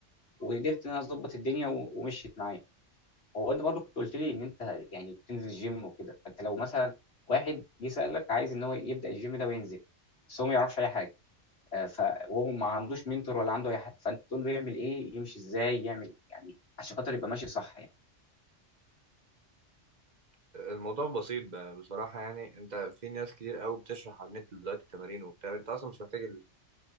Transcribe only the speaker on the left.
وقدرت ان انا اظبط الدنيا و... ومشيت معايا هو انت برضو كنت قلت لي ان انت يعني بتنزل الجيم وكده فانت لو مثلا واحد جه سالك عايز ان هو يبدا الجيم ده وينزل بس هو ما يعرفش اي حاجه آه، ف وهو ما عندوش منتور ولا عنده اي حد فانت تقول له يعمل ايه يمشي ازاي يعمل يعني عشان خاطر يبقى ماشي صح